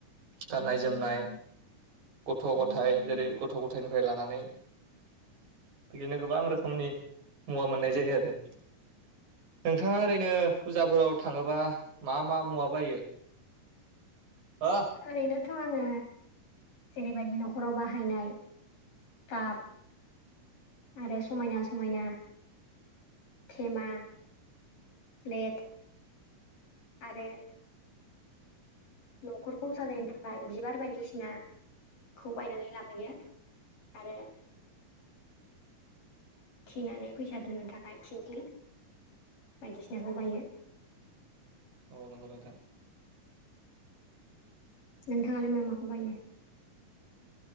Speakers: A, on the right; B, on the left.
A: गाननाय जोमनाय। गथ' गथायाइ जेरै गथ' गथायनिफ्राय लानानै। बिदिनो गोबां रोखोमनि मुवा मोननाय जायो आरो। नोंथाङा ओरैनो फुजाफोराव थाङोबा मा मा मुवा बायो। ओ
B: ओरैनो थ' आङो जेरैबायदि न'खराव बाहायनाय काब आरो समायना समायना। थेमा प्लेट आरो। न'खरखौ साजायनो थाखाय बिबार बायदिसिनाखौ बायनानै लाबोयो। आरो थिनानै फैसा दोननो थाखाय थिंख्लि, बायदिसिनाखौ बायो।
A: औ नंगौ नोंथां।
B: नोंथांआलाय मामाखौ बायो?